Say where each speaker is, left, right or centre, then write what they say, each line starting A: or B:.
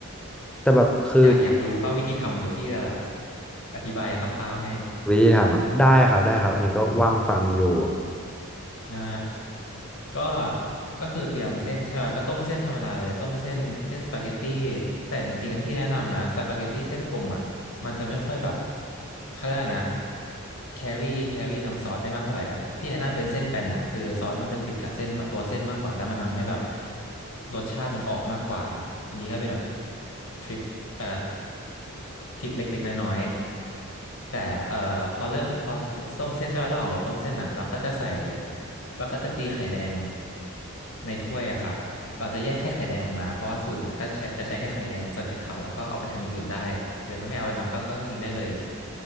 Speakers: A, in the centre; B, on the left.
A: แต่แบบคือ
B: อยากอยากรู้ป่ะวิธีทำเดี๋ยวพี่จะแบบอธิบายคร่าวๆให้
A: วิธีทำอ่ะได้ครับได้ครับอันนี้ก็ว่างฟังอยู่
B: ได้ก็ก็คือเตรียมเส้นใช่ป่ะก็ต้มเส้นธรรมดาเลยต้มเส้นเส้นสปาเกตตี้แต่จริงๆอะถ้าพี่แนะนำนะสปาเกตตี้เส้นกลมอ่ะมันจะไม่ค่อยแบบเขาเรียกอะไรนะแครี่แครี่น้ำซอสได้มากเท่าไหร่อะพี่แนะนำเป็นเส้นแบนนะคือซอสมันจะติดกับเส้นาตัวเส้นมากกว่าแล้วมันทำให้แบบรสชาติมันออกมากกว่าอันนี้ก็เป็นแบบทริป เอ่อทิปเล็กๆน้อยๆแต่เอ่อพอเริ่มพอต้มเส้นใช่ไหมระหว่างเราต้มเส้นอ่ะเราก็จะใส่เราก็จะตีไข่แดงในถ้วยอะครับเราจะแยกแค่ไข่แดงออกมาเพราะว่าสูตรเนี้ยก็จะใช้จะใช้แค่ไข่แดงส่วนไข่ขาวเราก็เอาไปทำอย่างอื่นได้หรือถ้าไม่เอาไปทำก็ก็ก็ทิ้งได้เลย